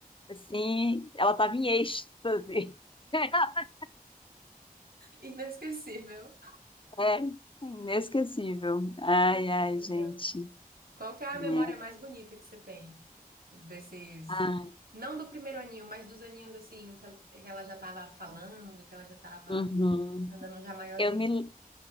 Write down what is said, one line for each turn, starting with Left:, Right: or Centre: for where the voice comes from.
Left: assim, ela estava em êxtase. <laughs>
Right: Inesquecível.
Left: É, inesquecível. Ai,
Right: Ai,
Left: ai,
Right: que legal.
Left: gente.
Right: Qual que é a
Left: É.
Right: memória mais bonita que você tem? desses.
Left: Ai,
Right: Não do primeiro aninho, mas dos aninhos assim, que ela, que ela já tava falando, que ela já tava
Left: uhum.
Right: andando já maiorzinha.
Left: Eu me